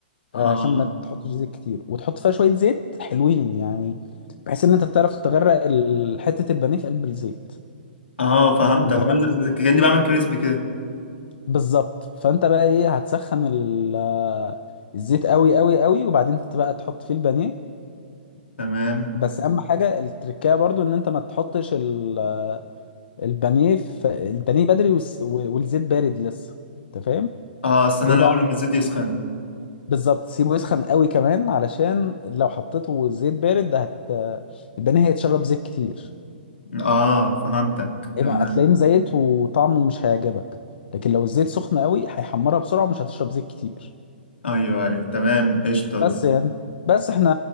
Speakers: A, on the left; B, on the left.
A: آه،
B: اه
A: عشان ما تحطش زيت كتير وتحط فيها شويه زيت حلوين يعني بحيث ان انت تعرف تغرق ال- حته البانيه في قلب الزيت
B: اه فهمتك
A: انت
B: عمل-
A: فاهم
B: كأني بعمل كريسبي كده
A: بالظبط فانت بقى ايه هتسخن ال- الزيت قوي قوي قوي وبعدين انت بقى تحط فيه البانيه
B: تمام
A: بس اهم حاجه التركية برضو ان انت ما تحطش ال- البانيه في البانيه بدري والس- والزيت بارد لسه انت فاهم
B: اه استنى
A: ليه
B: الاول
A: بقى
B: لما الزيت يسخن
A: بالظبط سيبه يسخن قوي كمان علشان لو حطيته زيت بارد ده هت البانيه هيتشرب زيت كتير
B: اه فهمتك
A: يبقى
B: تمام
A: هتلاقيه مزيت وطعمه مش هيعجبك لكن لو الزيت سخن قوي هيحمرها بسرعه ومش هتشرب زيت كتير
B: ايوه ايوه تمام قشطه
A: بس يعني بس احنا